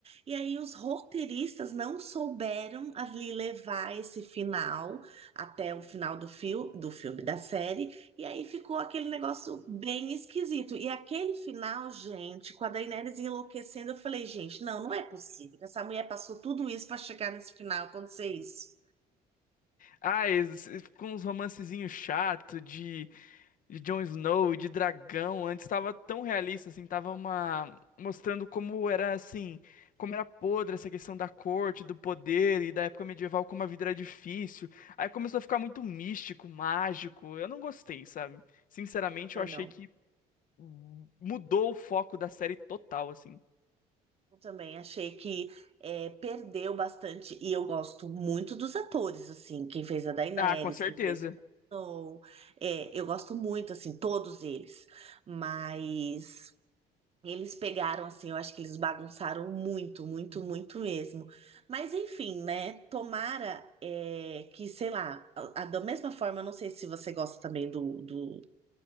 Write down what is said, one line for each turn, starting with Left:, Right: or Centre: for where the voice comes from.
Right: e aí os roteiristas não souberam ali levar esse final até o final do fio, do filme da série, e aí ficou aquele negócio bem esquisito. E aquele final, gente, com a Daenerys enlouquecendo, eu falei, gente, não, não é possível que essa mulher passou tudo isso para chegar nesse final, acontecer isso.
Left: Ah, esses- com uns romancezinhos chato de de Jon Snow, de dragão, antes estava tão realista, assim, tava uma... mostrando como era, assim, como era podre essa questão da corte, do poder e da época medieval, como a vida era difícil. Aí começou a ficar muito místico, mágico, eu não gostei, sabe? Sinceramente,
Right: Eu também
Left: eu achei
Right: não.
Left: que hum, mudou o foco da série total, assim.
Right: Eu também achei que é, perdeu bastante, e eu gosto muito dos atores, assim, quem fez a Daenerys,
Left: Ah, com certeza.
Right: quem fez o Jon Snow, é, eu gosto muito, assim, todos eles, mas eles pegaram, assim, eu acho que eles bagunçaram muito, muito, muito mesmo. Mas enfim, né, tomara é, que, sei lá, a- a- da mesma forma, eu não sei se você gosta também do, do